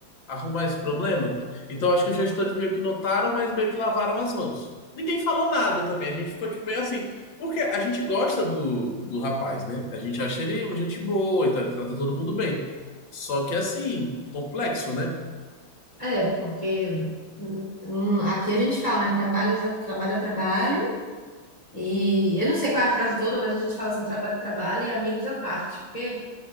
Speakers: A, on the left; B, on the left.
A: arrumar esse problema. Então acho que os gestores meio que notaram, mas meio que lavaram as mãos. Ninguém falou nada também, a gente ficou tipo, meio assim. Porque a gente gosta do, do rapaz, né? A gente acha ele gente boa, então ele trata todo mundo bem. Só que assim, complexo, né?
B: É, porque hum, hum, aqui a gente fala, né? Trabalho, trabalho, é trabalho. E eu não sei qual é a frase toda, mas a gente fala assim, trabalho, trabalho e amigos à parte. Porque